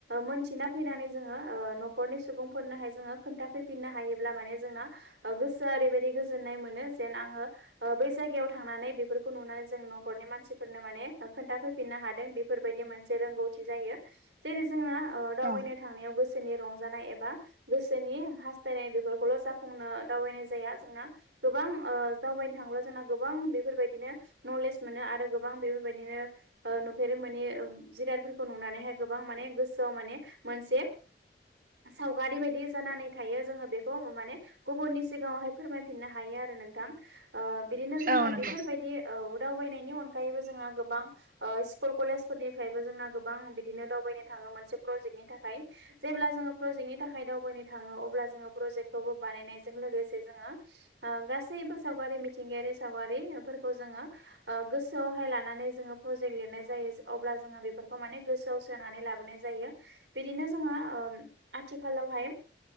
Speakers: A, on the right; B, on the right.
A: मोनथिना फैनानै जोङो ओ न'खरनि सुबुंफोरनोहाय जोङो खोन्थाफैफिननो हायोब्ला माने जोंना। गोसोआ ओरैबायदि गोजोननाय मोनो जेन आङो। बै जायगायाव थांनानै बेफोरखौ नुनानै जों न'खरनि मानसिफोरनो माने खोन्थाफैफिननो हादों बे बेफोरबायदि मोनसे रोंगौथि जायो। जेरै जोंना, ओ दावबायनो
B: औ
A: थांनायाव गोसोनि रंजानाय एबा गोसोनि हास्थायनाय बेफोरखौल' जाफुंनो दावबायनाय जाया जोंना। गोबां ओ दावबायनो थाङोब्ला जोंना गोबां बेफोरबायदिनो नलेज मोनो आरो गोबां बेफोरबायदिनो, ओ नुफेरे मोनि जिरादफोरखौ नुनानैहाय गोबां माने गोसोआव माने, मोनसे, सावगारि बायदि जानानै थायो जोङो बेखौ माने गुबुननि सिगाङावहाय फोरमायफिननो हायो आरो नोंथां ओ बिदिनो जोंना
B: औ नंगौ
A: बेफोरबायदि, औ दावबायनायनि अनगायैबो जोंहा गोबां, ओ स्कुल कलेज फोरनिफ्रायबो जोंना गोबां बिदिनो दावबायनो थाङो मोनसे प्रजेक्टनि थाखाय, जेब्ला जोङो। प्रजेक्टनि थाखाय दावबायनो थाङो अब्ला जोङो प्रजेक्टखौबो बानायनायजों लोगोसे जोङो। ओ गासैबो सावगारि मिथिंगायारि सावगारि फोरखौ जोङो। गोसो आवहाय लानानै जोङो प्रजेक्ट लिरनाय जायो। अब्ला जोङो बेफोरखौ माने गोसो गोसोनानै लाबोनाय जायो बिदिनो जोंहो ओम आथिखालावहाय